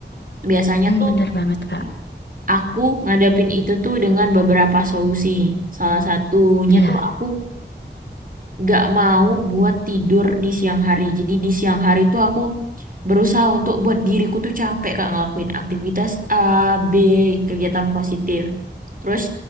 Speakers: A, on the right; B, on the left.
A: Biasanya tuh
B: bener banget kak
A: aku ngadepin itu tuh dengan beberapa solusi. Salah satunya
B: iya
A: tuh aku gak mau buat tidur di siang hari. Jadi di siang hari tuh aku berusaha untuk buat diriku tuh capek Kak ngelakuin aktivitas A, B, kegiatan positif. Terus